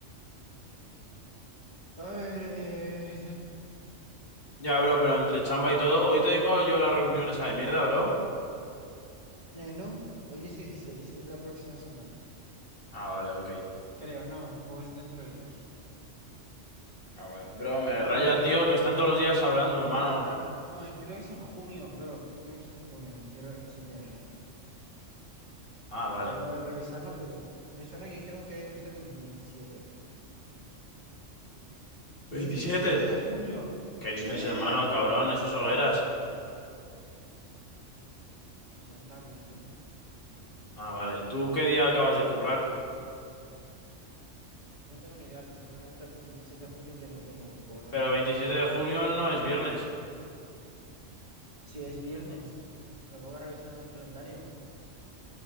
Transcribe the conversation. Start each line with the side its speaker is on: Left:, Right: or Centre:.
Right: A ver, eh,
Left: Ya, bro, pero entre chamba y todo, hoy tengo yo la reunión esa de mierda, bro.
Right: eh, no, hoy es dieciséis es la próxima semana.
Left: Ah, vale, ok.
Right: Creo, no, o es dentro de dos.
Left: Ah, vale. Bro, me
Right: Ah,
Left: raya,
Right: no.
Left: tío, que están todos los días hablando, hermano.
Right: Para, para, para, no, eh, creo que es en junio, bro. Creo que es en junio, estoy chilea, ¿eh?
Left: Ah, vale.
Right: Tengo que revisarlo, pero me suena que dijeron que iba a ser un veintisiete veintisiete
Left: 27,
Right: de junio!
Left: ¿Qué dices,
Right: ¡Chío!
Left: hermano, cabrón? Esos hogueras.
Right: Pues ya está, voy yo.
Left: Ah, vale. ¿Tú qué día acabas de currar?
Right: No tengo ni idea, pero seguramente el 27 de junio ya no tengo que correr.
Left: Pero veintisiete de junio no es viernes.
Right: Si es viernes, lo acabo de revisar en el calendario.